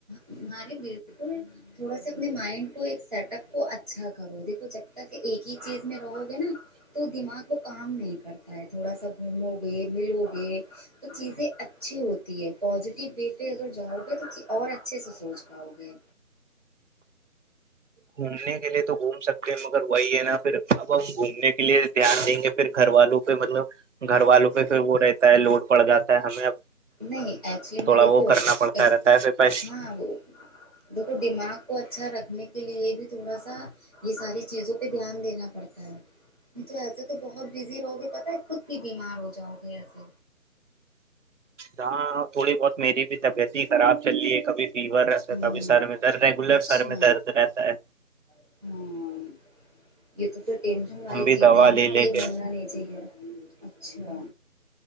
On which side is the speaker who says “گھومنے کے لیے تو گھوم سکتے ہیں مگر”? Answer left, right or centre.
Right